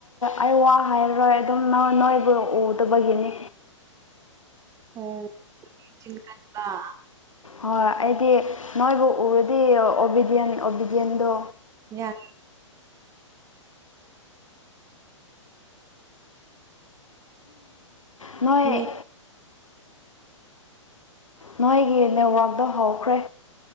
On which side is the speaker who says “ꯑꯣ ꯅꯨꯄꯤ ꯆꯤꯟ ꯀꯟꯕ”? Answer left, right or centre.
Right